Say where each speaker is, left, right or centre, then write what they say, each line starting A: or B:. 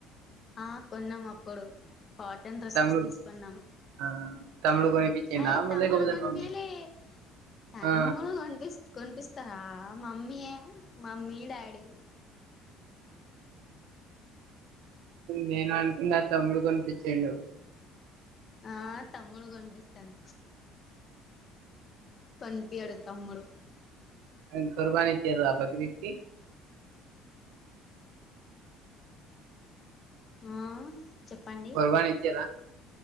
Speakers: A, on the left (about 30°); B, on the right (about 80°).
A: ఆ కొన్నం అప్పుడు కాటన్ డ్రెస్సెస్
B: తమ్ముడు
A: తీసుకున్నాం
B: ఆ తమ్ముడు కొనిపించిండా
A: అయ్ తమ్ముడు
B: లేకపోతే
A: కొనిపియేలే
B: మమ్మీ
A: తమ్ముడు
B: ఆ
A: కనిపిస్తాడు కొనిపిస్తారా మమ్మీయే మమ్మీ డాడీ
B: నేను అనుకున్న తమ్ముడు కొనిపించిండు
A: ఆ తమ్ముడు కొనిపిస్తాడు కొనిపియ్యడు తమ్ముడు
B: అన్ కుర్బాయించారా బక్రీద్ కి
A: ఆ చెప్పండి
B: కుర్బాయించారా